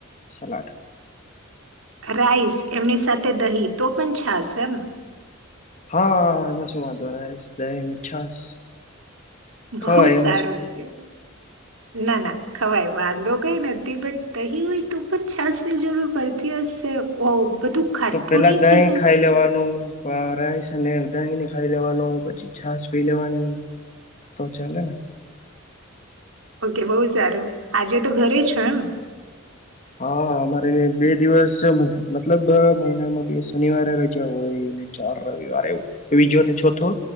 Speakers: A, on the left (about 35°); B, on the right (about 80°).
A: સલાડ
B: રાઈસ એમની સાથે દહીં તો પણ છાસ એમ
A: હા એમાં શું વાંધો રાઈસ દહીં છાસ
B: બહુ
A: ખવાય એમાં
B: સારું
A: શું
B: છે. ના ના ખવાય વાંધો કઈ નથી બટ દહીં હોય તો પણ છાસની જરૂર પડતી હશે ઓ બધું ખાટું
A: તો પેલા
B: નહી
A: દહીં
B: થઈ જતું
A: ખાઈ લેવાનું રાઈસને દહીંને ખાઈ લેવાનું પછી છાસ પી લેવાની તો ચાલેને
B: ઓકે બહુ સારું આજે તો ઘરે છો એમ
A: હા અમારે બે દિવસ મતલબ મહિનામાં બે શનિવારે રજા હોય. ચાર રવિવારે એવું બીજોને ચોથો